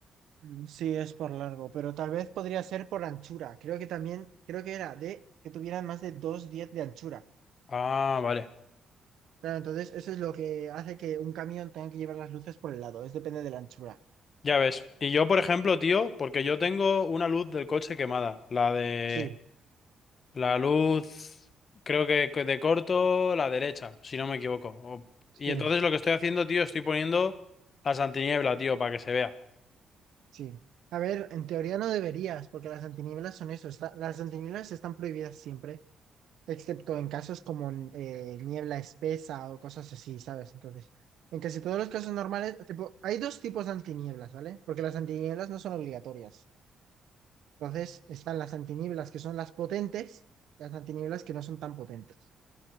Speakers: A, on the right; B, on the left.
A: Mm, Sí, es por largo, pero tal vez podría ser por anchura. Creo que también, creo que era de que tuvieran más de dos diez de anchura.
B: Ah, vale,
A: Claro, entonces eso es lo que hace que un camión tenga que llevar las luces por el lado. Es depende de la anchura.
B: ya ves. Y yo, por ejemplo, tío, porque yo tengo una luz del coche quemada, la de...
A: Sí,
B: La luz, creo que que de corto, la derecha, si no me equivoco. O-
A: sí,
B: Y entonces lo que estoy haciendo, tío, estoy poniendo las antiniebla, tío, para que se vea.
A: sí. A ver, en teoría no deberías, porque las antinieblas son eso. está- las antinieblas están prohibidas siempre, excepto en casos como eh, niebla espesa o cosas así, ¿sabes? Entonces, en casi todos los casos normales, tipo, hay dos tipos de antinieblas, ¿vale? Porque las antinieblas no son obligatorias. Entonces están las antinieblas que son las potentes, las antinieblas que no son tan potentes,